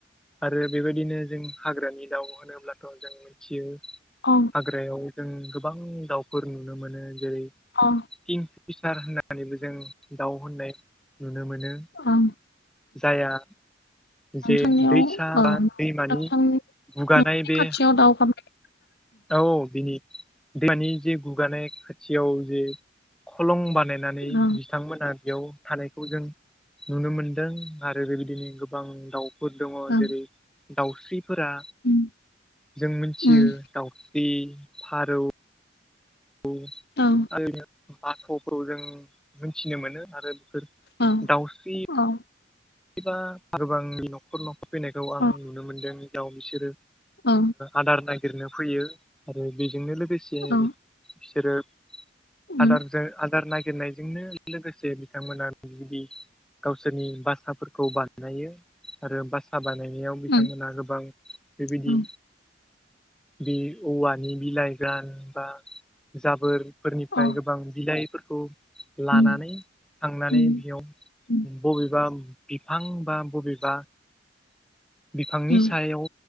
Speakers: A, in the centre; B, on the left.
A: आरो बेबायदिनो जों हाग्रानि दाउ होनोब्लाथ' जों मिथियो।
B: अ।
A: हाग्रायाव जों गोबां दाउफोर नुनो मोनो जेरै।
B: अ।
A: किं फिसार होननानैबो जों दाउ होननाय नुनो मोनो।
B: अ ओं ओं
A: जाया जे
B: नोंथांनियाव
A: दै। ओ
B: औ
A: दैमानि
B: नोंथांनि
A: गुगानाय
B: न'नि
A: बे।
B: खाथियाव दावगाबाय
A: औ बिनि दैमानि जे गुगानाय खाथियाव जे। खलं बानायनानै
B: औ
A: बिथांमोनहा। बेयाव थानायखौ जों नुनो मोनदों आरो बेबायदिनो गोबां दाउफोर दङ।
B: औ
A: जेरै दाउस्रिफोरा
B: उम
A: जों मिथियो
B: उम
A: दाउ। जि फारौ। औ।
B: औ।
A: <unintelligible> बाथ'खौ जों मोनथिनो मोनो आरो बेफोर।
B: औ
A: दाउस्रि
B: अ।
A: एबा आरोबांनि न'खर न'खर फैनायखौ आं
B: औ
A: नुनो मोनदों जेराव बिसोरो।
B: औ
A: आदार नागिरनो फैयो आरो बेजोंनो लोगोसे
B: औ
A: बिसोरो।
B: उम
A: आदारजों आदार नागिरनायजोंनो। लोगोसे बिथांमोनाबिदि गावसोरनि बासा। फोरखौ बानायो आरो बास। बासा बानायनायाव बिथांमोनहा
B: उम
A: गोबां बेबायदि।
B: औ
A: बि औवानि बिलाइ जा बा जाबोरफोरनिफ्राय।
B: औ
A: बा बिलाइफोरखौ लानानै
B: उम
A: थांनानै
B: उम
A: बेयाव
B: उम
A: बबेबा। बिफां बा बबेबा बिफांनि
B: उम
A: सायाव।